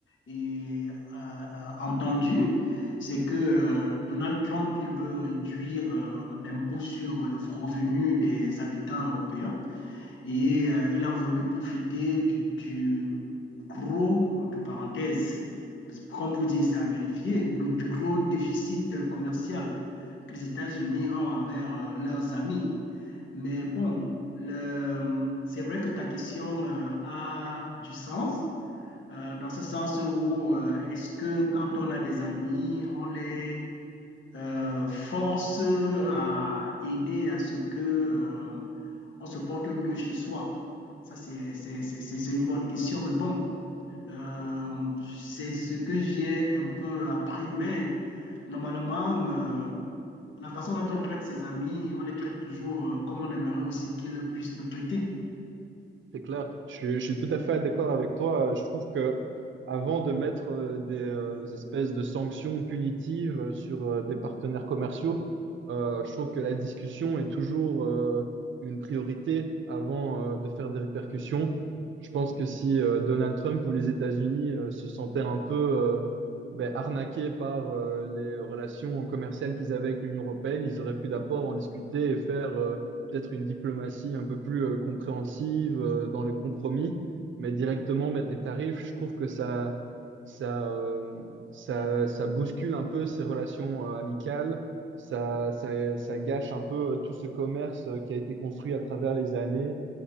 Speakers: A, on the left; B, on the right.
A: et euh, euh, entendu, c'est que euh, Donald Trump, il veut réduire euh, l'impôt sur le revenu des habitants européens. Et euh, il a voulu profiter du, du gros, entre parenthèses, comme vous dire, c'est à vérifier, donc du gros déficit euh, commercial que les États-Unis ont envers euh, leurs amis. Mais bon, le, c'est vrai que ta question euh, a du sens, euh, dans ce sens où euh, est-ce que quand on a des amis, on les euh, force à aider à ce que euh, on se porte mieux chez soi. Ça, c'est c'est- c'est- c'est- une bonne question, mais bon, euh, c'est ce que j'ai un peu appris, mais normalement, euh, la façon dont on traite ses amis, on les traite toujours euh, comme on aimerait aussi qu'ils puissent nous traiter.
B: C'est clair, je, suis je suis tout à fait d'accord avec toi. Euh, Je trouve que avant de mettre euh, des euh, espèces de sanctions punitives euh, sur euh, des partenaires commerciaux, euh, je trouve que la discussion est toujours euh, une priorité avant euh, de faire des répercussions. Je pense que si euh, Donald Trump ou les États-Unis euh, se sentaient un peu euh, ben, arnaqués par euh, les relations commerciales qu'ils avaient avec l'Union européenne, ils auraient pu d'abord en discuter et faire euh, peut-être une diplomatie un peu plus euh, compréhensive euh, dans les compromis, mais directement mettre les tarifs, je trouve que ça, ça, euh, ça, ça bouscule un peu ces relations euh, amicales, ça, ça, ça gâche un peu euh, tout ce commerce euh, qui a été construit à travers les années.